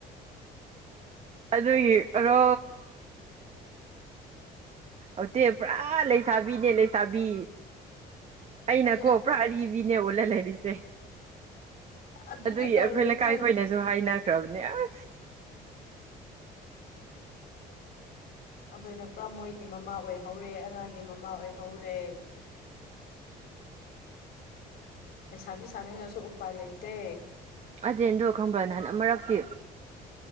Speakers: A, on the right (about 40°); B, on the left (about 70°).
A: ꯑꯗꯨꯒꯤ ꯀꯩꯅꯣ ꯑꯠꯇꯦ ꯄꯨꯔꯥ ꯂꯩꯁꯥꯕꯤꯅꯦ ꯂꯩꯁꯥꯕꯤ ꯑꯩꯅꯀꯣ
B: ꯑꯗꯨꯅ
A: ꯄꯨꯔꯥ ꯑꯔꯤꯕꯅꯦ ꯑꯣꯜꯂ ꯂꯩꯔꯤꯁꯦ
B: ꯑꯗꯨꯅ
A: ꯑꯗꯨꯒꯤ
B: ꯇꯧꯔꯦꯁꯦ
A: ꯑꯩꯈꯣꯏ ꯂꯩꯀꯥꯏꯈꯣꯏꯅꯁꯨ ꯍꯥꯏꯅ ꯔꯕꯤꯤꯟꯥꯁ
B: ꯑꯩꯈꯣꯏꯅꯄꯥ꯭ꯔ ꯃꯣꯏꯒꯤ ꯃꯃꯥ ꯑꯣꯏꯍꯧꯔꯦ ꯑꯉꯥꯡꯒꯤ ꯃꯃꯥ ꯑꯣꯏꯍꯧꯔꯦ ꯎ ꯄꯩꯁꯥꯕꯤ ꯁꯥꯥꯅꯤꯡꯅꯁꯨ ꯎꯄꯥꯏ ꯂꯩꯇꯦ
A: ꯑꯗꯨꯗ ꯈꯪꯕ꯭ꯔꯣ ꯅꯍꯥꯟ ꯃꯔꯛꯇꯤ